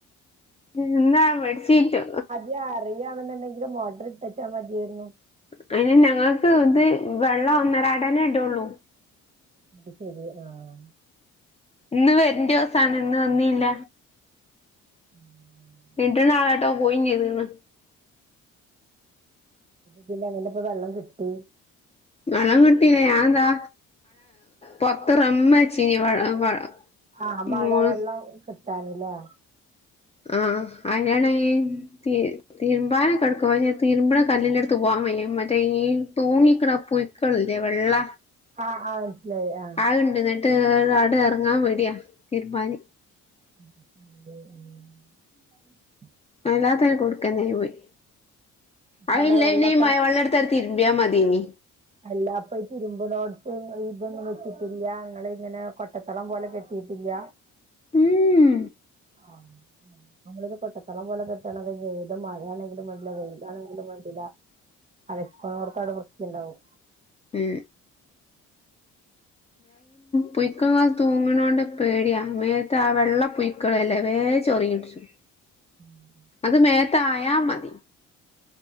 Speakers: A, on the left; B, on the right.
A: എന്താ ബെഡിച്ചീറ്റ്
B: മ അറിയണെന്നുണ്ടെങ്കിലിൽ മൊഡർ ഇട്ടച്ചാ മതിയായിരുന്നു
A: അതിന് ഞങ്ങൾക്ക് ഇത് വെള്ളം ഒന്നരടനെ ഇടുള്ളൂ
B: അത് ശരി ആഹ്
A: ഇന്ന് വരണ്ട ദിവസാണ് ഇന്ന് വന്നില്ല
B: ഉം
A: പിണ്ട നാളായിട്ടോ പോയി ഇന്ന്
B: ട്ട അങ്ങനെ ഇപ്പ വെള്ളം കിട്ടി
A: വെള്ളം കിട്ടില്ല ഞാൻ താ പൊത്ത്റമ്മ വ ചീനി വ വ
B: ആഹ് മഴവെള്ളം
A: മോൾ
B: കിട്ടാനല്ലേ
A: ആ അയ്നാണേതീ തിരുമ്പാന കിടക്കുവ തിരുമ്പണ കല്ലിന്റെ അടുത്ത് പോവാൻ വയ മറ്റേ തൂങ്ങിക്കണ പുയു ക്കളില്ലേ വെള്ള
B: ആഹ് ആഹ് മനസ്സിലായി ആഹ്
A: ആ ഉണ്ടുന്നിട്ട് ആട ഇറങ്ങാൻ പോയി ക്കതിരുമാന്
B: <inaudible>
A: വല്ലാത്ത കൊടുക്കന്നായി പോയി അതില്ല
B: അവിടെ വെള്ളൊക്കെ
A: ഇനിമയ വെള്ള <unintelligible> തിരുമ്പിയാൽ മതി ഇനി
B: അല്ലാ ഇപ്പ ഈ തിരുമ്പിനോടത്ത് ഇതൊന്നും വെച്ചിട്ടില്ല ഞങ്ങള് ഇങ്ങനെ കൊട്ടത്തളം പോലെ കെട്ടിയിട്ടില്ല
A: ഉം
B: ആഹ <unintelligible> നമ്മള് ഇത്‌ കൊട്ടതളം പോലെ കെട്ടണത് ഈ മഴയാണെങ്കിലും വേണ്ടില്ല വെയില് ആണെങ്കിലും വേണ്ടിയില്ല അലക്കുന്നോർക്കേ അവിടെ വൃത്തിയുണ്ടാവും
A: ഉം പുഴുക്കള് തൂങ്ങനൊണ്ട് പേടിയാ മേത്ത് ആ വെള്ള പുഴുക്കളില്ലേ വേഗം ചൊറിയും പിടിച്ചും
B: ഉം <unintelligible>
A: അത് മേത്ത് ആയ മതി